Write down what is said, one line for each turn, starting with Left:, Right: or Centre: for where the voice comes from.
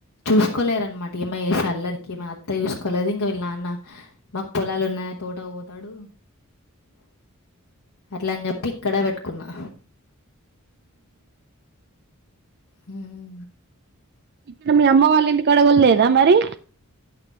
Left: చూసుకోలేరనమాట ఈమె చేసే అల్లరికి ఈమె అత్త చూసుకోలేదు ఇంక వీళ్ళ నాన్న మాకు పొలాలు ఉన్నాయా తోటకు పోతాడు అట్ల అని చెప్పి ఇక్కడ పెట్టుకున్నా హ్
Right: ఇగ మీ అమ్మ వాళ్ళ ఇంటి కడ గుడ లేదా మరి